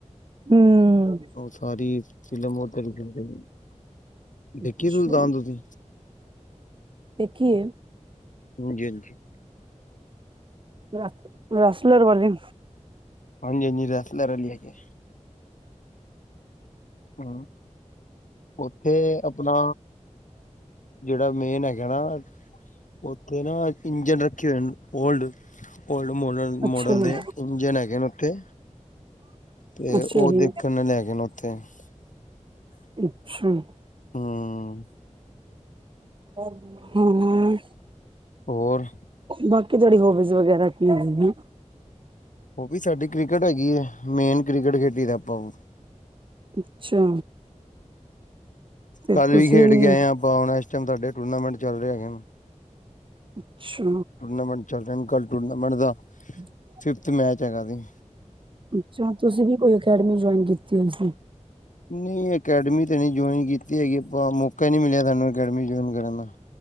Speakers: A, on the right; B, on the left.
A: ਹਮ
B: ਓ ਸਾਰੀ ਫੀਲਮ ਓਦਰ ਈ <unintelligible> ਦੇਖੀ
A: ਅੱਛਾ
B: ਸੁਲਤਾਨ ਤੂਸੀ?
A: ਦੇਖੀ ਏ।
B: ਹਾਂਜੀ-ਹਾਂਜੀ।
A: ਰਾਸ ਰਾਸਲਰ ਵਾਲੀ?
B: ਹਾਂਜੀੇ-ਹਾਂਜੀ, ਰੈਸਲਰ ਵਾਲੀ ਹੈਗੀ ਏ। ਹੂੰ। ਓਥੇ ਅਪਨਾ ਜੇੜਾ ਮੇਨ ਹੈਗੈ ਨਾ ਓਥੇ ਨਾ ਇੰਜਨ ਰੱਖੇ ਹੋਏ ਨ, ਓਲਡ-ਓਲਡ ਮੋਡਲ।
A: ਅੱਛਾ
B: ਮੋੜਲ
A: ਜੀ।
B: ਦੇ ਇੰਜਨ ਹੈਗੇ ਨ ਓਥੇ ਤੇ
A: ਅੱਛਾ
B: ਓ
A: ਜੀ
B: ਦੇਖਨ ਅਲੇ ਹੈਗੇ ਨ ਓਥੇ। <inaudible>
A: ਅੱਛਾ ਜੀ।
B: ਹੂੰ
A: ਹੂੰ ਹੂੰ।
B: ਹੋਰ
A: ਬਾਕੀ ਜਿਹੜੀ ਹੋਬੀਜ਼ ਵਗੈਰਾ ਕੀ ਹੈਗੀ?
B: ਹੋਬੀ ਸਾਡੀ ਕ੍ਰਿਕਟ ਹੈਗੀ ਏ, ਮੇਨ ਕ੍ਰਿਕਟ ਖੇਡੀ ਦਾ। ਆਪਾਂ ਹੂੰ,
A: ਅੱਛਾ ਤੇ
B: ਕੱਲ
A: ਤੁਸੀਂ
B: ਖੇਡ
A: ਵੀ
B: <unintelligible> ਸਾਡੇ ਟੂਰਨਾਮੈਂਟ ਚੱਲ ਦੇ ਹੈਗੇ ਨ।
A: ਅੱਛਾ
B: ਟੂਰਨਾਮੈਂਟ ਚੱਲ ਰਹਿਣ ਕੱਲ੍ਹ ਟੂਰਨਾਮੈਂਟ ਦਾ
A: <inaudible>
B: ਫਿਫਥ ਮੈਚ ਹੈਗਾ ਜੇ।
A: ਅੱਛਾ ਤੁਸੀਂ ਵੀ ਕੋਈ ਅਕੈਡਮੀ ਜੁਆਇਨ ਕੀਤੀ ਹੋਈ ਸੀ?
B: ਨਈ ਅਕੈਡਮੀ ਤਾਂ ਨੀ ਜੁਆਇਨ ਕੀਤੀ ਹੈਗੀ ਆਪਾਂ ਮੌਕਾ ਨੀ ਮਿਲਿਆ ਸਾਨੂੰ ਅਕੈਡਮੀ ਜੁਆਇਨ ਕਰਨ ਦਾ।